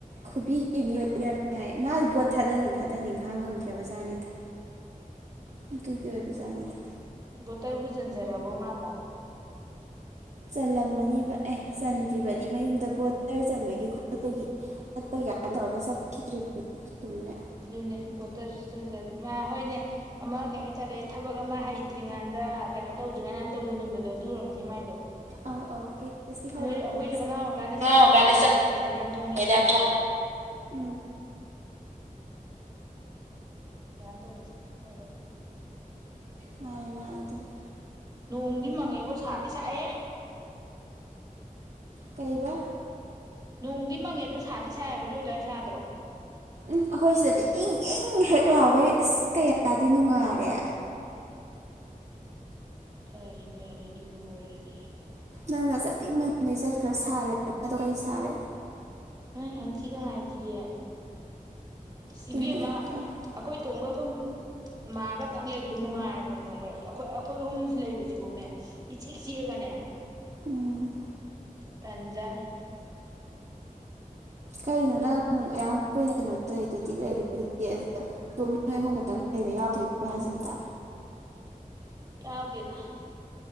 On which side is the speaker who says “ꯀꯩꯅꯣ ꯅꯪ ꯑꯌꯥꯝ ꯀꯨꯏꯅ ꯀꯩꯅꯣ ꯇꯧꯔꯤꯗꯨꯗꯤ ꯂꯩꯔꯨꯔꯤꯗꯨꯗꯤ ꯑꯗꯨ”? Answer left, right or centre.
Right